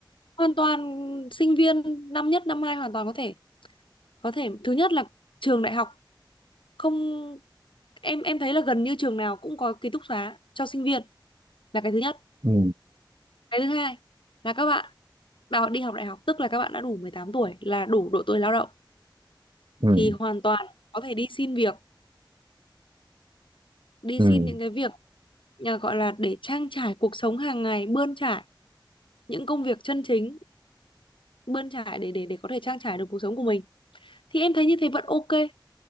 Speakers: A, on the left; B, on the right.
A: hoàn toàn sinh viên năm nhất năm hai hoàn toàn có thể có thể thứ nhất là trường đại học không em em thấy là gần như trường nào cũng có ký túc xá cho sinh viên là cái thứ nhất
B: ừ
A: cái thứ hai là các bạn bảo đi học đại học tức là các bạn đã đủ mười tám tuổi là đủ độ tuổi lao động
B: ừ.
A: thì hoàn toàn có thể đi xin việc đi
B: ừ,
A: xin những cái việc à, gọi là để trang trải cuộc sống hàng ngày bươn trải những công việc chân chính bươn trải để để để có thể trang trải được cuộc sống của mình thì em thấy như thế vẫn ok